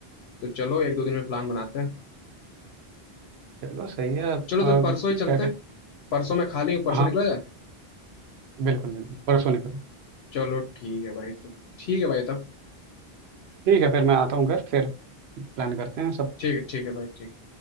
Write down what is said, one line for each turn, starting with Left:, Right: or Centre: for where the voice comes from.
Left: तो चलो एक दो दिन में प्लान बनाते हैं
Right: चलो सही है अ,
Left: चलो
Right: क्या
Left: तो परसों ही चलते
Right: कहते
Left: हैं परसों मैं खाली हूँ परसों
Right: हाँ
Left: निकला जाए
Right: बिल्कुल बिल्कुल परसों निकलो
Left: चलो ठीक है भाई तब ठीक है भाई तब
Right: ठीक है फिर मैं आता हूँ घर फिर प्लान करते हैं सब
Left: ठीक है ठीक है भाई ठीक